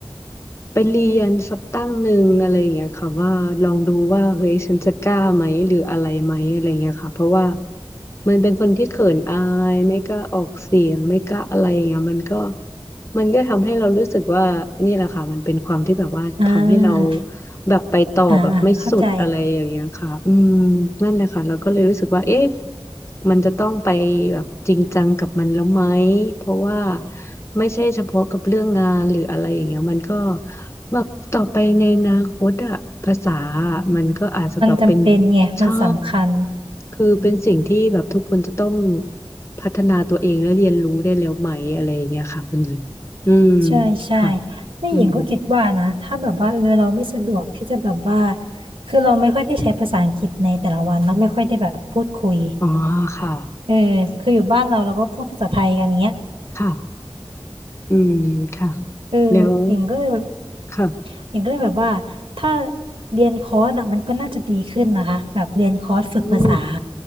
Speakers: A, on the left; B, on the right.
A: ไปเรียนสักตั้งหนึ่งอะไรอย่างเงี้ยค่ะว่าลองดูว่าเฮ้ยฉันจะกล้าไหมหรืออะไรไหมอะไรอย่างเงี้ยค่ะเพราะว่ามันเป็นคนที่เขินอายไม่กล้าออกเสียงไม่กล้าอะไรอย่างเงี้ยมันก็มันก็ทำให้เรารู้สึกว่านี่แหละค่ะมันเป็นความที่แบบว่าทำให้เรา
B: อ่า
A: แบบไปต่อแบบไม่สุดอะไรอย่างเงี้ยค่ะอืม
B: อ่าอ่าเข้าใจ
A: นั่นแหละค่ะเราก็เลยรู้สึกว่าเอ๊ะ มันจะต้องไปแบบจริงจังกับมันแล้วไหมเพราะว่าไม่ใช่เฉพาะกับเรื่องงานหรืออะไรอย่างเงี้ยมันก็แบบต่อไปในอนาคตอะภาษาอะมันก็อาจจะแบบเป็น
B: มันจำเป็นไงมันสำคัญ
A: ใช่ คือเป็นสิ่งที่แบบทุกคนจะต้องพัฒนาตัวเองและเรียนรู้ได้แล้วไหมอะไรอย่างเงี้ยค่ะคุณหญิงอืม
B: ใช่ใช่
A: ค่ะ
B: นี่หญิงก็คิดว่านะถ้าแบบว่าเออเราไม่สะดวกที่จะแบบว่า
A: อืม
B: คือเราไม่ค่อยได้ใช้ภาษาอังกฤษในแต่ละวันเราะไม่ค่อยได้แบบพูดคุย
A: อ๋อค่ะ
B: เออคืออยู่บ้านเราเราก็พูดภาษาไทยกันอย่างเงี้ย
A: ค่ะอืมค่ะ
B: เออหญิงก็เลยแบบ
A: แล้วค่ะ
B: หญิงก็เลยแบบว่าถ้าเรียนคอร์สอะมันก็น่าจะดีขึ้นนะคะแบบเรียนคอร์สฝึกภาษา
A: อืม